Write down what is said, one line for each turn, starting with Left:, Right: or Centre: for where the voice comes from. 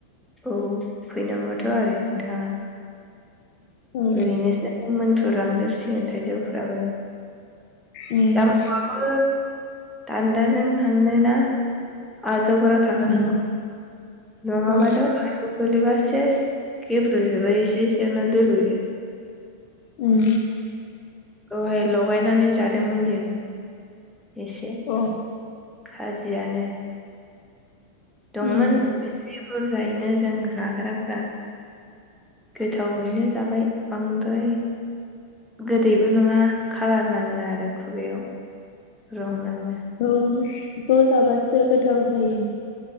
Centre: औ फैनांगौथ' आरो नोंथाङा
Left: औ
Centre: ओरैनो सो मोनफ्रुलांजोबसिगोन थाइजौफ्राबो
Left: उम
Centre: जाम आबो दान्दाजों हानोना आजावग्रा थाखानांगौ
Left: उम
Centre: नङाबाथ'
Left: औ
Centre: गोलैबा सेस गेब्रु जुबो इसे इसेनो आवनो दुलुयो
Left: उम
Centre: दहाय लगायनानै जादोंमोन जों। एसे
Left: अ
Centre: खाजियानो
Left: उम
Centre: दंमोन एसे बुरजायैनो जों जाग्राफ्रा गोथावैनो जाबाय बांद्राय गोदैबो नङा खाालार नाङो आरो खुगायाव रं नाङो
Left: औ ज' जाबासो गोथाव जायो।